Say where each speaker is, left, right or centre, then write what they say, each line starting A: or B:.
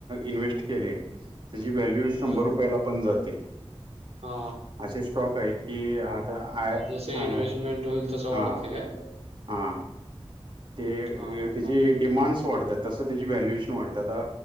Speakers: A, on the right; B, on the right.
A: इन्व्हेस्ट केले त्याची व्हॅल्यू शंभर
B: बर
A: रुपयाला पण जाते
B: हा
A: असे स्टॉक आहेत की आता आय
B: तसं
A: हा
B: इन्वेस्टमेंट स
A: हा
B: वाढत का?
A: हा. ते
B: हा हा
A: त्याची डिमांड्स वाढतात तसं त्याची व्हॅल्युएशन वाढतात आता